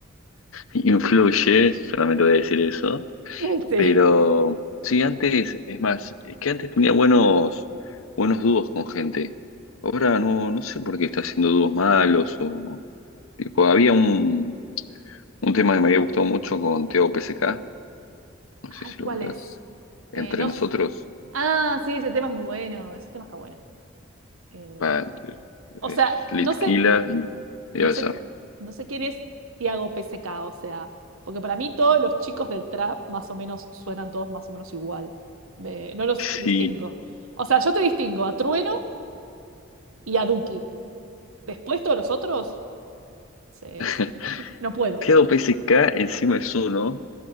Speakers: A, on the left; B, on the right.
A: influye, solamente voy a decir eso.
B: <laughs> Sí.
A: Pero sí, antes, es más, es que antes tenía buenos, buenos dúos con gente. Ahora no, no sé por qué está haciendo dúos malos o... Tipo, había un, un tema que me había gustado mucho con Teo PSK, no sé
B: Ay,
A: si
B: ¿cuál
A: lo ubicás.
B: es?
A: Entre
B: Eh, no...
A: nosotros,
B: s- Ah, sí, ese tema es muy bueno, ese tema está bueno. Eh,
A: pa-
B: o
A: es
B: sea,
A: Litquila
B: no sé,
A: y, y
B: No
A: Becerra.
B: sé, no sé quién es Tiago PSK, o sea, porque para mí todos los chicos del trap más o menos suenan todos más o menos igual. Me- no los
A: Sí.
B: distingo. O sea, yo te distingo a Trueno y a Duki. Después todos los otros, se-
A: <laughs>
B: se- no puedo.
A: Claro, PSK encima es uno